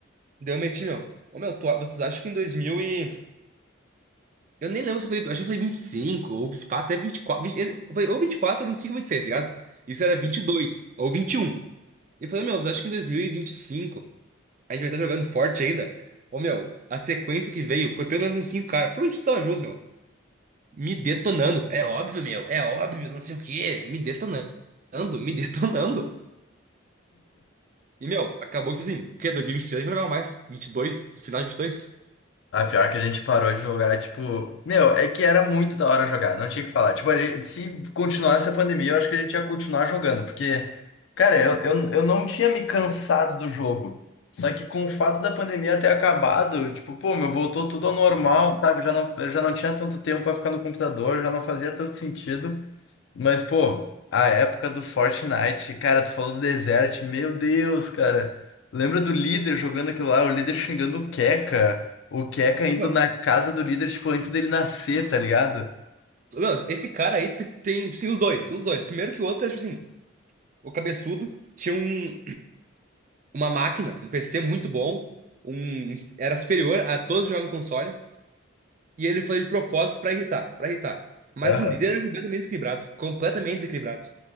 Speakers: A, on the right; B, on the left.
A: Daí eu meti, meu. Ô, meu, tu- vocês acham que em 2000 e. Eu nem lembro se foi. Acho que foi 25 ou se pá, até 24, 20 eu falei, ou 24, ou 25, ou 26, tá ligado? Isso era 22 ou vinte E um. E eu falei, meu, vocês acham que em dois mil e e vinte e cinco a gente vai estar jogando forte ainda? Ô, meu, a sequência que veio foi pelo menos uns 5, caras. Por onde tu tava junto, meu? me detonando. É óbvio, meu, é óbvio, não sei o quê. Me detonando, me <laughs> detonando. E, meu, acabou que, assim, o quê? 2023 eu não jogava mais. 22, final de 22.
B: Ah, pior que a gente parou de jogar, tipo, meu, é que era muito da hora jogar, não tinha o que falar. Tipo, a gente- se continuasse a pandemia, eu acho que a gente ia continuar jogando, porque, cara, eu, eu, eu não tinha me cansado do jogo. Só que com o fato da pandemia ter acabado, tipo, pô, meu, voltou tudo ao normal, sabe? Já não, eu já não tinha tanto tempo pra ficar no computador, já não fazia tanto sentido. Mas, pô, a época do Fortnite, cara, tu falou do Desert, meu Deus, cara. Lembra do líder jogando aquilo lá, o líder xingando o Keka, o Keka indo
A: Meu,
B: na casa do líder, tipo, antes dele nascer, tá ligado?
A: meu, esse cara aí te- tem, sim, os dois, os dois. Primeiro que o outro, tipo assim, o cabeçudo tinha um, uma máquina, um PC muito bom, um, era superior a todos que jogavam no console, e ele fazia de propósito pra irritar, pra irritar. Mas
B: Aham.
A: o líder era completamente desequilibrado, completamente desequilibrado.